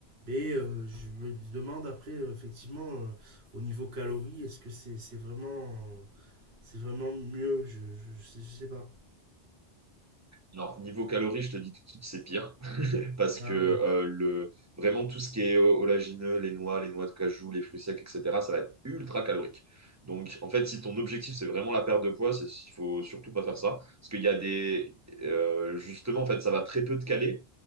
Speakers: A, on the right; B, on the right.
A: Mais euh, je me demande après, euh, effectivement, euh, au niveau calories, est-ce que c'est c'est vraiment, c'est vraiment mieux? Je, je, je sais, je sais pas.
B: Alors, niveau calories, je te dis tout de suite, c'est pire. <laughs> Parce
A: Ah
B: que euh,
A: ouais.
B: le, vraiment, tout ce qui est euh, oléagineux, les noix, les noix de cajou, les fruits secs, etc., ça va être ultra calorique. Donc, en fait, si ton objectif, c'est vraiment la perte de poids, c'est- il faut surtout pas faire ça. Parce qu'il y a des. euh, justement, en fait, ça va très peu te caler